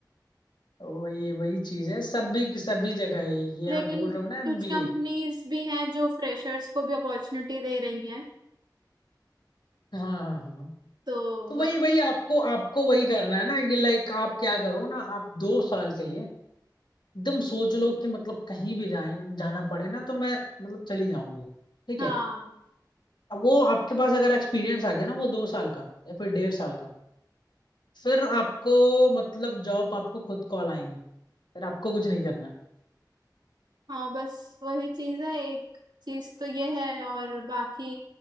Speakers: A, on the left; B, on the right.
A: वही वही चीज है सभी सभी जगह है ये
B: लेकिन
A: आप बोल रहे हो ना एमबीए
B: कुछ कंपनीज भी हैं जो फ्रेशर्स को भी अपॉर्चुनिटी दे रही हैं
A: हाँ हाँ हाँ।
B: तो
A: तो वही
B: बस
A: वही आपको आपको वही करना है ना कि लाइक आप क्या करो ना आप दो साल के लिए एकदम सोच लो कि मतलब कहीं भी जाए जाना पड़े ना तो मैं मतलब चली जाऊंगी ठीक
B: हाँ
A: है अब वो आपके पास अगर एक्सपीरियंस आ गया ना वो दो साल का या फिर डेढ़ साल का फिर आपको मतलब जॉब आपको खुद कॉल आएंगे फिर आपको कुछ नहीं करना है
B: हाँ बस वही चीज है एक चीज तो ये है और बाकी